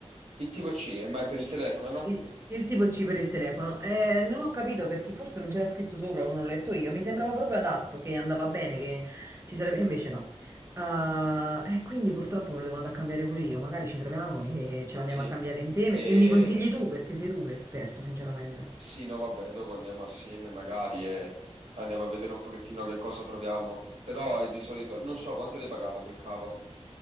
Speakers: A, on the right; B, on the right.
A: Il tipo C, eh, ma è per il telefono, no?
B: Il, il tipo C per il telefono. Eh, non ho capito perché forse non c'era scritto sopra o non l'ho letto io. Mi sembrava proprio adatto, che andava bene, che ci sarebbe... e Invece no. Ah, e quindi purtroppo me lo devo andare a cambiare pure io. Magari ci troviamo e ce lo andiamo
A: Sì.
B: a cambiare insieme.
A: E
B: E mi consigli tu, perché sei tu l'esperto, sinceramente.
A: sì, no, vabbè, dopo andiamo assieme magari e andiamo a vedere un pochettino che cosa troviamo. Però è di solito, non so quanto l'hai pagato quel cavo.